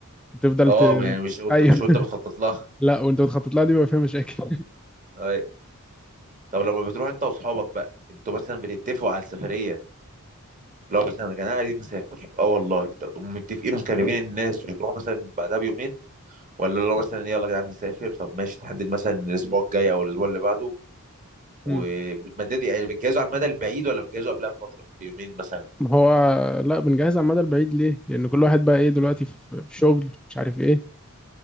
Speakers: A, in the centre; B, on the right.
A: بتفضل
B: اه
A: ت...
B: يعني مش
A: ايوه
B: مش وانت
A: <laughs>
B: بتخطط لها
A: لا وانت بتخطط لها دي بيبقى فيها مشاكل
B: اي طب لما بتروح انت واصحابك بقى انتوا مثلا بتتفقوا على السفريه لو مثلا يا جماعه عايزين نسافر اه والله طب متفقين ومكلمين الناس وتروح مثلا بعدها بيومين ولا لو مثلا يلا يا جدعان نسافر طب ماشي تحدد مثلا الاسبوع الجاي او الاسبوع اللي بعده
A: <laughs>
B: وبتمددوا
A: مم.
B: يعني بتجهزوا على المدى البعيد ولا بتجهزوا قبلها بفتره بيومين مثلا
A: ما هو لا بنجهز على المدى البعيد ليه؟ لأن كل واحد بقى ايه دلوقتي في في شغل مش عارف ايه